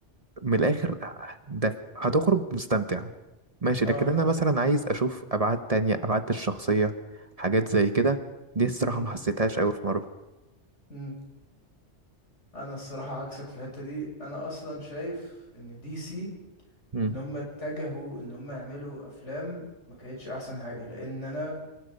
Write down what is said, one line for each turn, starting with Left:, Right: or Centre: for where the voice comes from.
Right: من
Left: مم.
Right: الاخر ده هتخرج مستمتع ماشي
Left: اه
Right: لكن
Left: فاهم
Right: انا مثلا عايز اشوف ابعاد تانية ابعاد الشخصيه حاجات زي كده دي الصراحه
Left: مم.
Right: ما حسيتهاش قوي في مارفل
Left: مم. انا الصراحه عكسك في الحته دي انا اصلا شايف ان دي سي
Right: مم.
Left: ان هم اتجهوا ان هم يعملوا افلام ما كانتش احسن حاجه لان انا